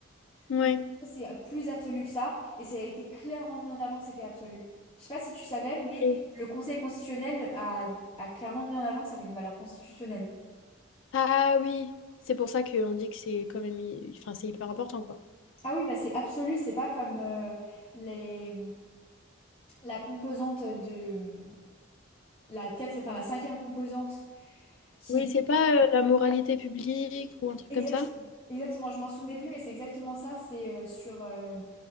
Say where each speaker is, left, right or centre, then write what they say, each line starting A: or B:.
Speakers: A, on the left; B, on the left.
A: Ouais.
B: Ou c'est plus absolu que ça, et ça a été clairement mis en avant que c'était absolu. Je sais pas si tu savais, mais
A: Et-
B: le Conseil constitutionnel a, a clairement mis en avant que ça avait une valeur constitutionnelle.
A: Ah oui, c'est pour ça qu'on dit que c'est quand même. hy- Enfin, c'est hyper important, quoi.
B: Ah oui, bah c'est absolu, c'est pas comme euh, les, la composante de la quatre, enfin la cinquième composante qui
A: Oui,
B: est
A: c'est pas euh, la moralité publique ou un truc
B: exactement,
A: comme ça.
B: exactement, je m'en souvenais plus, mais c'est exactement ça, c'est euh, sur, euh,